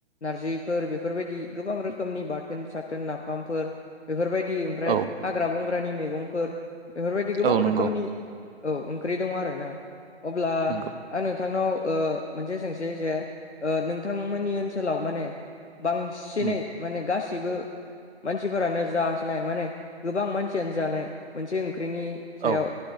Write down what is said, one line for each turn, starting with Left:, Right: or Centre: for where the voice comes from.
Left: नारजिफोर बेफोरबायदि गोबां रोखोमनि बाथोन साथोन नाफामफोर बेफोरबायदि ओमफ्राय
Right: औ
Left: हाग्रा बंग्रानि मैगंफोर। बेफोरबायदि गोबां
Right: औ नंगौ
Left: रोखोमनि औ ओंख्रि दङ आरोना। अब्ला
Right: नंगौ
Left: आं नोंथांनाव ओ मोनसे सोंसै जे ओ नोंथांमोननि ओनसोलाव माने बां सिनै
Right: उम
Left: माने गासिबो मानसिफोरानो जानाय माने गोबां मान सियानो जानाय मोनसे ओंख्रिनि सायाव
Right: औ